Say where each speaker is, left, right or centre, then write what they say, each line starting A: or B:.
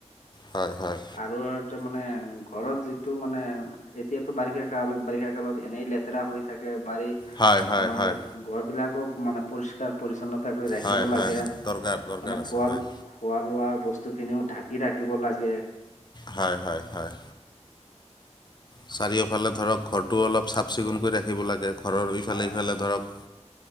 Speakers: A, on the left; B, on the left.
A: হয়, হয়।
B: আৰু তাৰমানে ঘৰৰ যিটো মানে এতিয়াতো বাৰিষা কাল, বাৰিষা কালত এনেই লেতেৰাহৈ থাক ক বাৰী,
A: হয় হয়
B: আমাৰ
A: হয়
B: ঘৰবিলাকো মানে পৰিষ্কাৰ পৰিচ্ছন্নতা কৰি ৰাখিব
A: হয় হয়
B: লাগে। মানে
A: দৰকাৰ দৰকাৰ আছে
B: খোৱা
A: হয়
B: খোৱা লোৱাৰ বস্তুখিনিও ঢাকি ৰাখিব লাগে।
A: হয় হয় হয়। চাৰিওফালে ধৰক ঘৰটোও অলপ চাফ চিকুণকৈ ৰাখিব লাগে ঘৰৰ ইফালে,
B: হয়
A: সিফালে
B: হয়
A: ধৰক